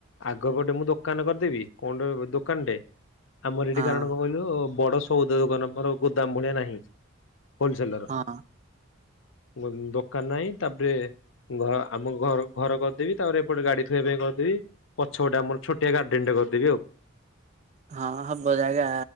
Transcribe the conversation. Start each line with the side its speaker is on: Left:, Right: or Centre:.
Left: ଆଗପଟେ ମୁଁ ଦୋକାନ କରିଦେବି କଣ ଦୋକାନ୍ଟେ। ଆମର ଏଠି
Right: ହଁ
Left: କାରଣ କଣ କହିଲୁ ବଡ ସଉଦ ଦୋକାନ ଆମର ଗୋଦାମ ଭଳିଆ ନାହିଁ। ହୋଲ୍ସେଲର।
Right: ହଁ
Left: ଦୋ ଦୋକାନ୍ ନାହିଁ ତାପ୍ରେ ଘ ଆମ ଘ ଘର ଦେବି ତାପରେ ଏପଟେ ଗାଡି ଥୋଇବା ପାଇଁ କରିଦେବି ପଛ ପଟେ ଆମ ଛୋଟିଆ ଗାର୍ଡେନ୍ ଟେ କରିଦବି ଆଉ।
Right: ହଁ ହବ ଜାଗା